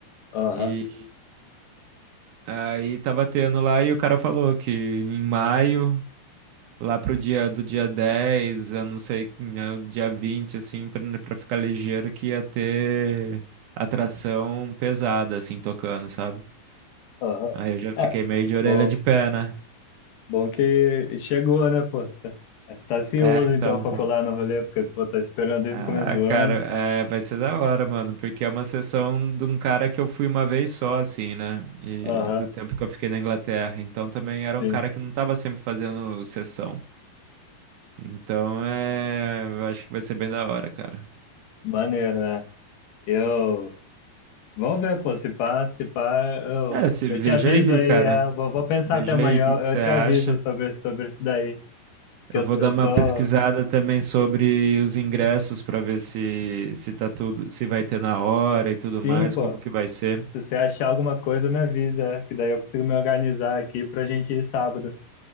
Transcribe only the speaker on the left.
Aham,
aham.
É,
pô,
bom,
bom que chegou, né, pô? Você tá ansioso,
então,
pra colar no rolê, porque tu tá esperando desde
o começo do ano.
Aham,
sim.
Maneiro, né? Eu. Vamos ver, pô, se pá, se pá, eu,
eu te aviso
aí,
é, vou, vou pensar
até amanhã,
eu,
eu te
aviso sobre, sobre isso daí, que
eu,
eu
tô.
Sim,
pô.
Se você achar alguma coisa, me avisa, é, que daí eu consigo me organizar aqui pra gente ir sábado.